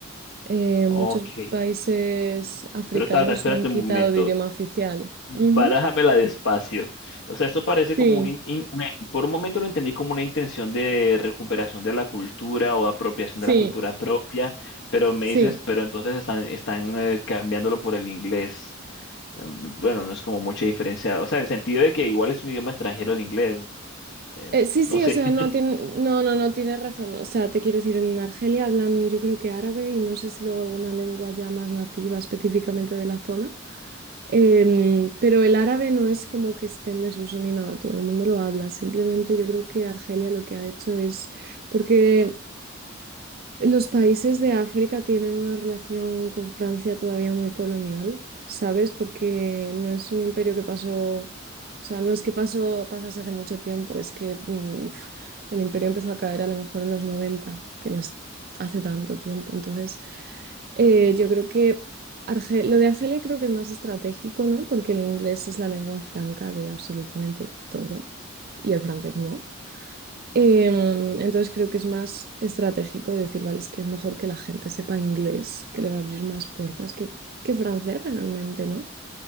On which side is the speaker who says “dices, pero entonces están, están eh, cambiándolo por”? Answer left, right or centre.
Left